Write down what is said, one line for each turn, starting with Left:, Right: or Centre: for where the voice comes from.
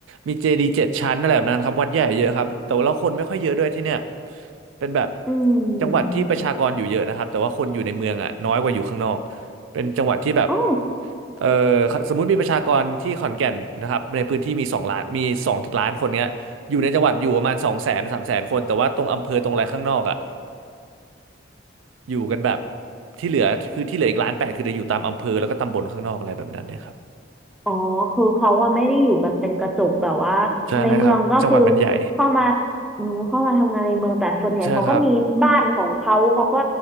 Right: มีเจดีย์เจ็ดชั้นอะไรแบบนั้นครับวัดใหญ่เยอะครับแต่ว่าคนไม่ค่อยเยอะด้วยที่เนี่ยเป็นแบบ
Centre: อื
Right: จังหวัดที่ประชากรอยู่เยอะนะครับแต่ว่าคนอยู่ในเมืองอะน้อยกว่าอยู่ข้างนอก
Centre: ม
Right: เป็นจังหวัดที่แบบ
Centre: อ๋อ
Right: เออสมมุติมีประชากรที่ขอนแก่นนะครับในพื้นที่มีสองล้านมีสองล้านคนเนี้ยอยู่ในจังหวัดอยู่ประมาณสองแสนสามแสนคนแต่ว่าตรงอำเภอตรงอะไรข้างนอกอะ อยู่กันแบบที่เหลือคือที่เหลืออีกล้านแปดคือจะอยู่ตามอำเภอแล้วก็ตำบลข้างนอกอะไรแบบนั้นเนี่ยครับ
Centre: อ๋อคือเขาอะไม่ได้อยู่กันเป็นกระจุกแบบว่าในเมืองก็คือ
Right: ใช่ครับจังหวัดมันใหญ่
Centre: เข้ามาอืมเข้ามาทำงานในเมืองแต่ส่วนใหญ่เขาก็มีบ้านของเขาเขาก็
Right: ใช่ครับ